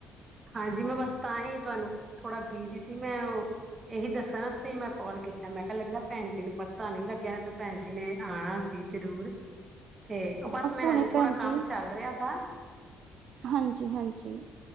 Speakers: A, on the right (about 30°); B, on the right (about 65°).
A: ਹਾਂਜੀ। ਮੈਂ ਬਸ ਤਾਂ ਹੀ ਤੁਹਾਨੂੰ ਥੋੜ੍ਹਾ ਬਿਜੀ ਸੀ। ਮੈਂ ਉਹ ਇਹੀ ਦੱਸਾਂ ਸੀ ਮੈਂ ਕਾਲ ਕੀਤਾ। ਮੈਂ ਕਿਹਾ ਲੱਗਦਾ ਭੈਣ ਜੀ ਨੂੰ ਪਤਾ ਨਹੀਂ ਲੱਗਿਆ। ਇਹਨਾਂ ਤਾਂ ਭੈਣ ਜੀ ਨੇ ਆਉਣਾ ਸੀ ਜ਼ਰੂਰ। ਤੇ ਉਹ ਬਸ ਮੈਂ
B: ਹੁਣੇ
A: ਹਜੇ ਥੋੜ੍ਹਾ
B: ਭੈਣ
A: ਕੰਮ
B: ਜੀ
A: ਚੱਲ ਰਿਹਾ ਤਾ
B: ਹਾਂਜੀ ਹਾਂਜੀ।